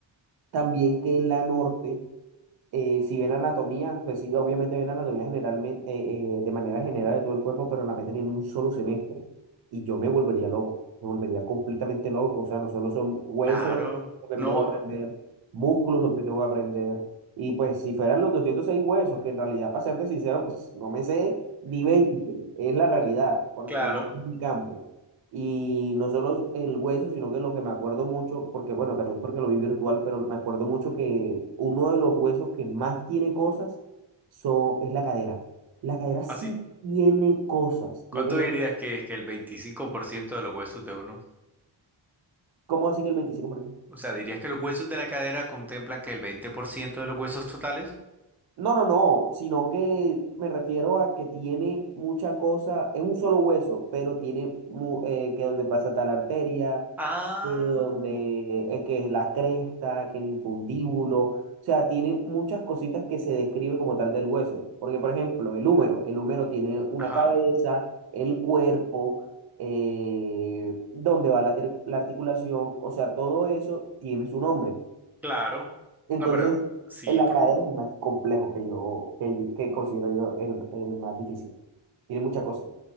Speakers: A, on the right (about 55°); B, in the centre.
A: también que en la norte eh, si ven anatomía, pues sí, obviamente ven anatomía generalmente, eh, eh, de manera general de todo el cuerpo, pero la meten en un solo semestre. Y yo me volvería loco, me volvería completamente loco. O sea, no solo son huesos
B: claro.
A: lo que
B: No,
A: me tengo que aprender, músculos lo que me tengo que aprender. Y pues si fueran los 206 huesos, que en realidad, para serte sincero, pues no me sé ni 20, es la realidad, porque
B: claro.
A: no es mi campo. Y no solo el hueso, sino que lo que me acuerdo mucho, porque bueno, también porque lo vi virtual, pero me acuerdo mucho que uno de los huesos que más tiene cosas so, es la cadera. La cadera sí
B: ¿Así?
A: tiene cosas,
B: ¿Cuánto
A: tiene,
B: dirías que es que el 25% de los huesos de uno?
A: ¿cómo así que el 25%?
B: O sea, ¿dirías que los huesos de la cadera contemplan que el 20% de los huesos totales?
A: No, no, no, sino que me refiero a que tiene mucha cosa, es un solo hueso, pero tiene mu- eh, que donde pasa tal arteria,
B: Ah,
A: que donde eh, que es la cresta, que el infundíbulo, o sea, tiene muchas cositas que se describe como tal del hueso, porque por ejemplo, el húmero, el húmero tiene una
B: ajá,
A: cabeza, el cuerpo, eh, donde va la, ter- la articulación, o sea, todo eso tiene su nombre.
B: claro.
A: Entonces,
B: No, pero sí,
A: el
B: por-
A: ACADER es el más complejo que yo, que, yo- que considero yo el, el más difícil. Tiene muchas cosas.